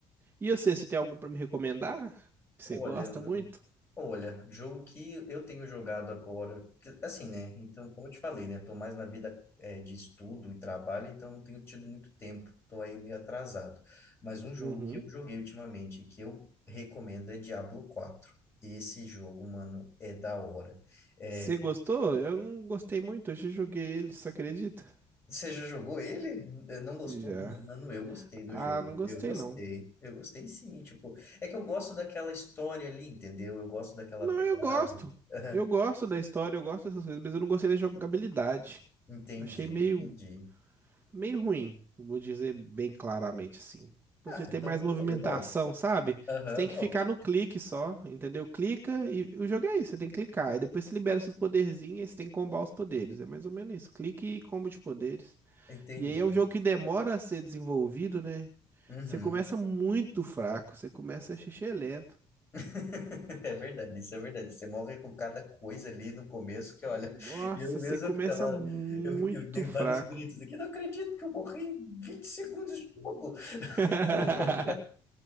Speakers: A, on the right; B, on the left.
A: E eu sei se tem algum pra me recomendar? que
B: Olha,
A: Você gosta
B: mano.
A: muito?
B: Olha, jogo que eu tenho jogado agora, que- assim, né? Então, como eu te falei, né? Eu tô mais na vida eh, de estudo e trabalho, então não tenho tido muito tempo, tô aí meio atrasado. Mas um jogo
A: Uhum.
B: que eu joguei ultimamente, que eu recomendo, é Diablo 4. Esse jogo, mano, é da hora. É,
A: Você gostou? Eu não gostei muito, eu já joguei ele, você acredita?
B: você já jogou ele? É, Não gostou?
A: Já.
B: Mano, eu gostei do
A: Ah,
B: jogo.
A: não gostei
B: Eu gostei.
A: não.
B: Eu gostei sim, tipo, é que eu gosto daquela história ali, entendeu? Eu gosto daquela
A: Não,
B: pegada.
A: eu gosto. Eu gosto
B: <laughs>
A: da história, eu gosto dessas coisas, mas eu não gostei da jogabilidade.
B: Entendi,
A: Achei meio
B: entendi.
A: meio ruim, vou dizer bem claramente assim. Podia
B: Ah,
A: ter
B: então,
A: mais movimentação,
B: é bom.
A: sabe?
B: Aham,
A: Você tem que
B: bom.
A: ficar no clique só, entendeu? Clica e o jogo é isso, você tem que clicar. E depois você libera seus poderzinhos e você tem que combar os poderes. É mais ou menos isso. Clique e combo de poderes.
B: Entendi.
A: E aí é um jogo que demora a ser desenvolvido, né?
B: Uhum.
A: Você começa muito fraco, você começa xixi é lento.
B: <laughs> É verdade, isso é verdade. Você morre com cada coisa ali no começo que, olha,
A: Nossa,
B: <laughs> eu mesmo
A: você começa
B: eu ficava.
A: muito
B: Eu, eu dei
A: fraco.
B: vários gritos aqui, não acredito que eu morri em 20 segundos de jogo.
A: <laughs>
B: <laughs>